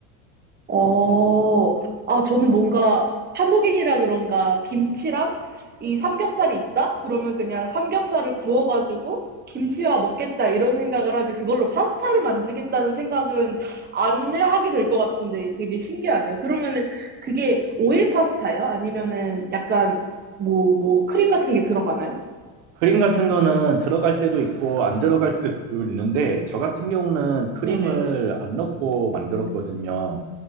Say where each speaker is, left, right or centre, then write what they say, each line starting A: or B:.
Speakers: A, on the right; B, on the right.
A: 어. 아, 저는 뭔가 한국인이라 그런가 김치랑 이 삼겹살이 있다? 그러면 그냥 삼겹살을 구워가지고 김치와 먹겠다 이런 생각을 하지 그걸로 파스타를 만들겠다는 생각은 안 하게 될 것 같은데 되게 신기하네요. 그러면은 그게 오일 파스타예요? 아니면은 약간 뭐, 뭐 크림 같은 게 들어가나요?
B: 크림 같은 거는 들어갈 때도 있고 안 들어갈 때도 있는데 저 같은 경우는 크림을
A: 네네.
B: 안 넣고 만들었거든요.